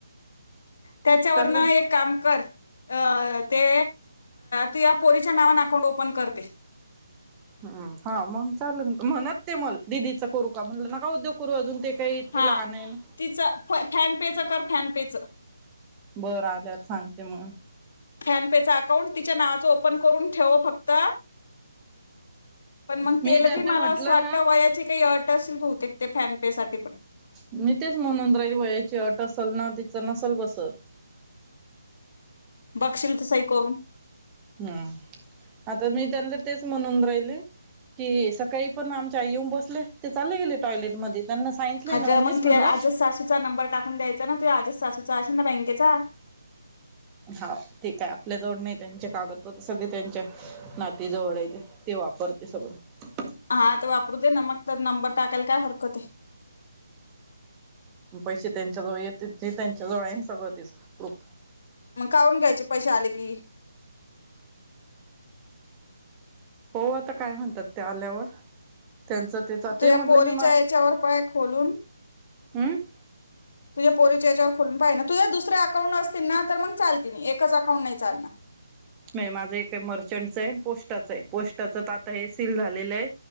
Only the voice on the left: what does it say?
त्याच्यावर
ना एक काम कर अ ते तू या पोरीच्या नावाने अकाउंट ओपन करते
हा
तिचं फ फॅनपेच कर फॅनपेचं
फॅन पेचचा अकाउंट तिच्या नावाचं ओपन करून ठेव फक्त पण मग
तेल
बी मला
अस वा
वयाचे काही अट असेल बतेक ते फॅन सा पण
बघशील तर सही करून
ह
तर
मग
त आजस सासूचा नंबर टाकून द्यायचा ना त आज सासूचा असे ना केचा
हा तर वापरू दे ना मग तर नंबर टाकायला काय हरकत आहे
मग काढून घ्यायचे पैसे आले की
तू
या
पोरीच्या
याच्यावर पाय खोलून.
तुझ्या पोरीच्या याच्यावर खोलून पाहिना. तुझ्या दुसर्या अकाउंट असतील ना. तर मग चालतीन एकच अकाउंट नाही चालणार.